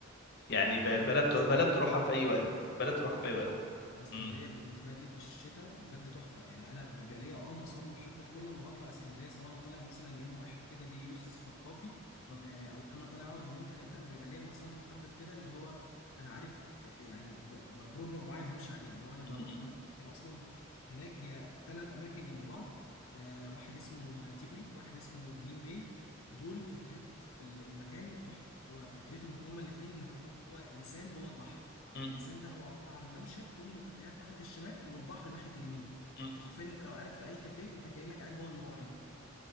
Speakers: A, on the left (about 50°); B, on the left (about 75°).
A: يعني
B: بص
A: ب-
B: هو انا
A: بلد تر-
B: اسكندريه
A: بلد تروحها
B: بالنسبه
A: في اي وقت
B: لي
A: بلد تروحها
B: عندك
A: في اي وقت
B: حق انا اسكندريه
A: مم.
B: بالنسبه لي في الشتاء بجد تحفه يعني انا بيبقى ليا اه مسار محدد كل ما بطلع اسكندريه سواء انا طالع مثلا يوم واحد كده دي يوز خطافي
A: مم.
B: آه، او إن انا طالع اقعد يومين ثلاثه انا بيبقى ليا مسار محدد كده اللي هو انا عارف آه، آه، يعني ب- ب- بروجرام معين همشي عليه اللي هو انا بروح
A: مم.
B: م- أماكن اصلا هناك هي ثلاث اماكن جنب بعض آه، واحد اسمه تيفولي واحد اسمه جليم باي دول فكره ال- المكان تحفه هو فكرتهم هما الاثنين ان هو لسان جوه البحر
A: مم.
B: اللسان ده هو عباره عن ممشى كله كافيهات ناحيه الشمال والبحر ناحيه اليمين
A: مم.
B: فحرفيا انت لو قاعد في اي كافيه انت كانك قاعد جوه المايه